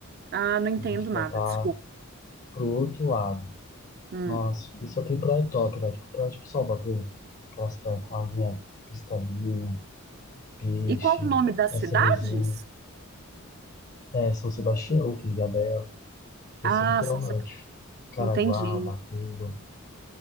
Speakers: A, on the right (about 45°); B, on the left (about 35°).
A: Ah, não entendo
B: A gente
A: nada,
B: já tá
A: desculpa.
B: pro outro lado.
A: Hum.
B: Nossa, tem- só tem praia top lá, tipo, praia tipo Salvador, aquelas praias com água cristalina, peixe,
A: E qual o nome das
B: essa
A: cidades?
B: resenha. É, São Sebastião, tem Ilhabela,
A: Ah,
B: esse é o litoral
A: são.
B: norte.
A: sep-
B: Caraguá,
A: Entendi.
B: Ubatuba.